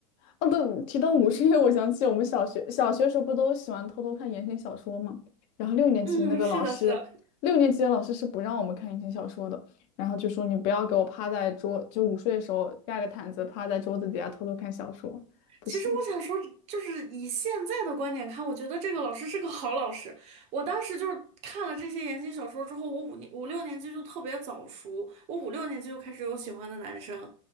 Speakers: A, on the left (about 45°); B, on the right (about 40°).
A: 哦，对，提到午睡，<laughs> 因为我想起我们小学小学时候不都喜欢偷偷看言情小说嘛？然后六年级那个老师，
B: 嗯，是的，是的，
A: 六年级的老师是不让我们看言情小说的，然后就说你不要给我趴在桌，就午睡的时候盖个毯子趴在桌子底下偷偷看小说，不行。
B: 其实我想说，就是以现在的观点看，我觉得这个老师是个好老师。我当时就是看了这些言情小说之后，我五年五六年级就特别早熟，我五六年级就开始有喜欢的男生，